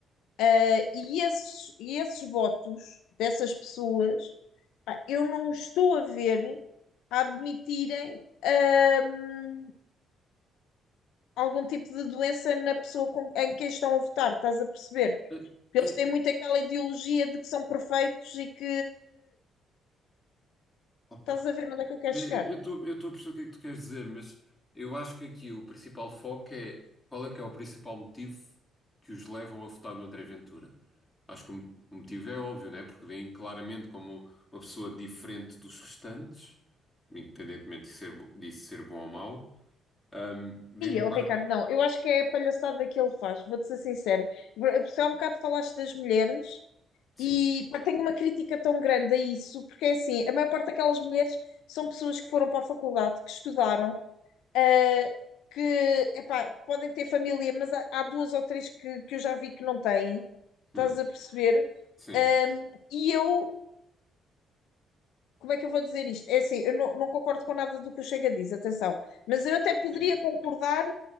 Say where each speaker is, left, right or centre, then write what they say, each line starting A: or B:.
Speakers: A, on the left; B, on the left.
A: Eh, e, esses, e esses votos dessas pessoas, eu não estou a ver a admitirem ahm, algum tipo de doença na pessoa com- em quem estão a votar, estás a perceber?
B: <laughs>
A: Eles
B: É, é-
A: têm muito aquela ideologia de que são perfeitos e que
B: opa.
A: estás a ver onde é que eu quero
B: Eu
A: chegar.
B: estou eu estou a perceber o que é que tu queres dizer, mas eu acho que aqui o principal foco é qual é que é o principal motivo que os levam a votar no André Ventura. Acho que o mo- o motivo é óbvio, né? Porque vem claramente como uma pessoa diferente dos restantes, independentemente de ser, bo- disso ser bom ou mau. Ahm, vendo
A: E eu,
B: claro.
A: Ricardo, não, eu acho que é a palhaçada que ele faz, vou-te ser sincera. Só há um bocado falaste das mulheres
B: Sim,
A: e pá, tenho uma crítica tão grande a isso, porque é assim, a maior parte daquelas mulheres são pessoas que foram para a faculdade, que estudaram, ah, que epá, podem ter família, mas há, há duas ou três que, que eu já vi que não têm, estás
B: Hum,
A: a perceber?
B: sim.
A: Um, e eu, como é que eu vou dizer isto? É assim, eu não, não concordo com nada do que o Chega diz, atenção, mas eu até poderia
B: Sim.
A: concordar